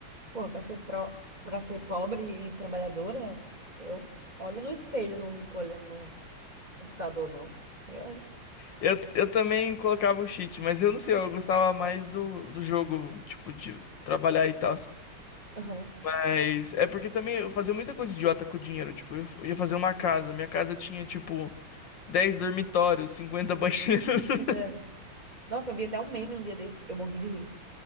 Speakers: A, on the right; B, on the left.
A: porra, pra ser, pro... pra ser pobre e trabalhadora, eu olho no espelho, não fico olhando no computador, não. Eu, hein?
B: Eu, eu também colocava o cheat, mas eu não sei. Eu gostava mais do, do jogo, tipo, de trabalhar e tal.
A: Aham.
B: Mas é porque também eu fazia muita coisa idiota com o dinheiro. Tipo, eu eu ia fazer uma casa. Minha casa tinha, tipo, dez dormitórios, cinquenta banheiros. <laughs>
A: <laughs> Nossa, eu vi até um meme um dia desse, eu morri de rir.